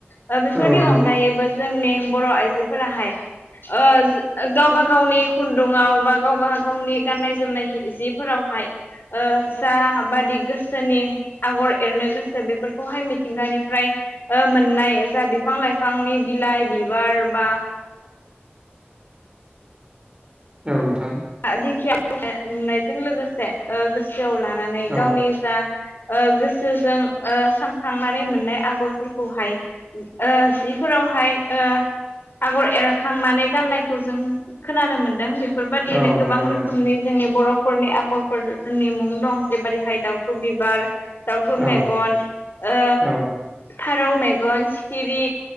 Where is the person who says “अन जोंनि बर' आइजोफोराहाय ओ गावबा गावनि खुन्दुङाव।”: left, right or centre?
Left